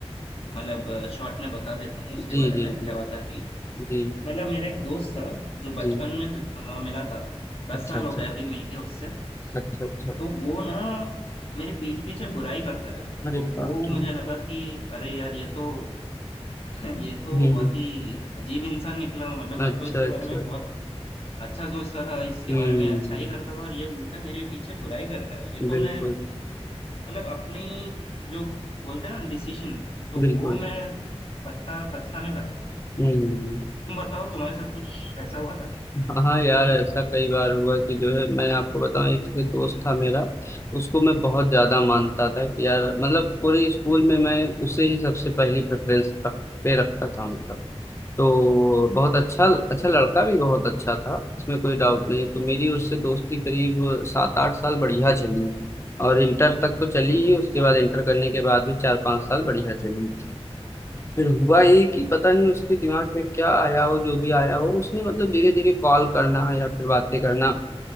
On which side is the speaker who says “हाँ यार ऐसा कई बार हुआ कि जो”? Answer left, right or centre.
Left